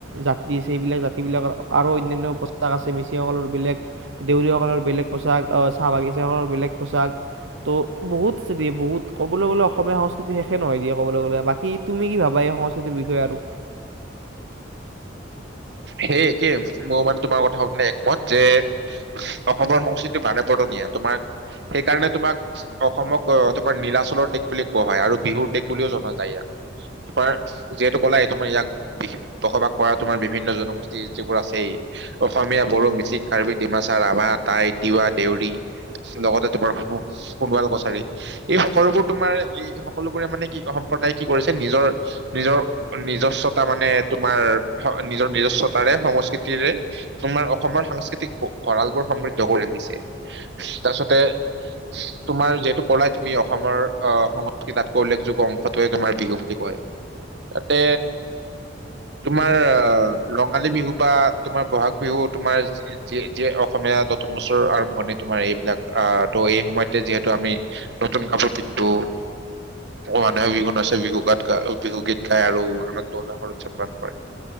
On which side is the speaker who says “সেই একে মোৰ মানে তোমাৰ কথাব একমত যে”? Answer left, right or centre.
Right